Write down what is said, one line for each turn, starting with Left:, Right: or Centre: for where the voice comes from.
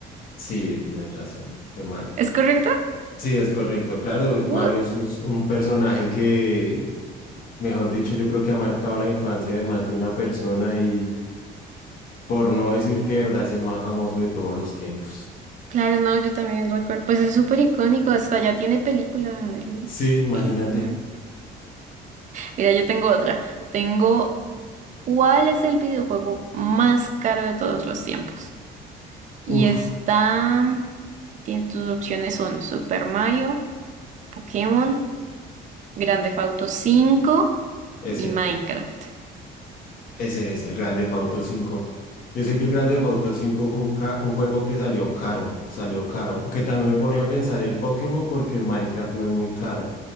Left: Sí, tienes razón, fue Mario.
Right: ¿Es correcto?
Left: Sí, es correcto. Claro,
Right: What?
Left: Mario es un un personaje que, mejor dicho, yo creo que ha marcado la infancia de más de una persona y por no decir que de verdad es el más famoso de todos los tiempos.
Right: Claro, no, yo también recuerdo. Pues es súper icónico, hasta ya tiene película. el-
Left: Sí, imagínate.
Right: el Mario. Mira, yo tengo otra. Tengo, ¿cuál es el videojuego más caro de todos los tiempos? Y
Left: Uf,
Right: está, tiene tus opciones son Super Mario, Pokémon, Grand Theft Auto 5
Left: ese,
Right: y Minecraft.
Left: ese es el Grande Theft Auto 5. Yo sé que el Grande Theft Auto 5 fue un, ca- un juego que salió caro, salió caro, aunque también me pone a pensar el Pokémon porque el Minecraft no es muy caro,